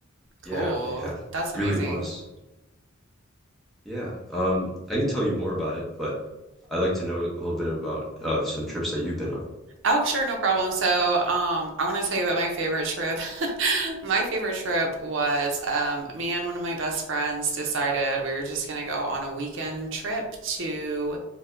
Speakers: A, on the right (about 60°); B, in the centre.
A: Cool.
B: Yeah, yeah,
A: That's amazing.
B: really was. Yeah. Um, I can tell you more about it, but I'd like to know a little bit about uh some trips that you've been on.
A: Oh, sure, no problem. So, um, I want to tell you about my favorite trip. <laughs> My favorite trip was um, me and one of my best friends decided we were just going to go on a weekend trip to